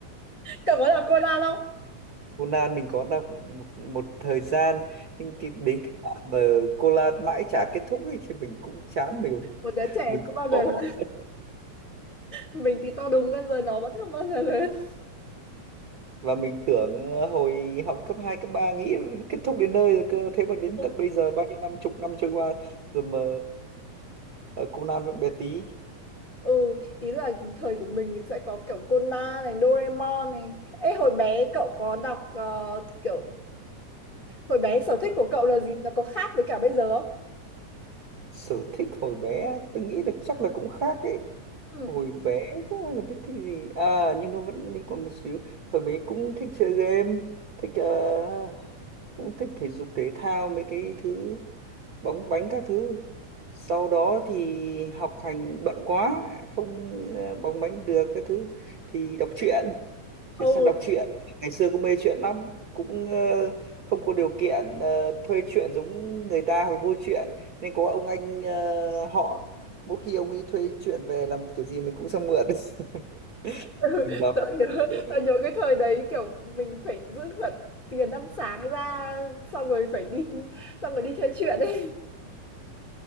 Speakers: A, on the left; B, on the right.
A: Cậu có đọc Conan không?
B: Conan mình có đọc một, một thời gian nhưng cái, đến cái đoạn mà Conan mãi chả kết thúc ấy, thì mình cũng chán mình
A: Một đứa trẻ
B: mình cũng
A: không bao
B: bỏ
A: giờ lớn. Mình thì to đúng lên rồi nó vẫn không bao giờ lớn.
B: và mình tưởng ờ, hồi học cấp 2 cấp 3 nghĩ kết thúc đến nơi rồi cơ thế mà đến
A: Ừ,
B: tận bây giờ bao nhiêu năm chục năm trôi qua rồi mà ờ, Conan vẫn bé tí
A: ừ, ý là thời của mình thì sẽ có kiểu Conan này, Doraemon này. Ê, hồi bé cậu có đọc ờ, kiểu Hồi bé sở thích của cậu là gì? Nó có khác với cả bây giờ không?
B: sở thích hồi bé tôi nghĩ được chắc là cũng khác đấy
A: Ừ.
B: hồi bé chắc là biết thích gì à nhưng nó vẫn liên quan một xíu hồi bé cũng thích chơi game thích ờ, cũng thích thể dục thể thao mấy cái thứ bóng bánh các thứ sau đó thì học hành bận quá không ờ, bóng bánh được các thứ thì đọc truyện chuyển
A: Ồ,
B: sang đọc truyện ngày xưa cũng mê truyện lắm cũng ờ, không có điều kiện ờ, thuê truyện giống người ta hoặc mua truyện nên có ông anh ờ, họ mỗi khi ông ấy thuê truyện về làm kiểu gì mình cũng sang mượn <laughs>
A: <laughs>
B: mình đọc
A: tao nhớ,
B: kiểu
A: tao nhớ cái thời đấy kiểu mình phải giữ cả tiền ăn sáng ra xong rồi phải đi xong rồi đi theo chuyện ấy.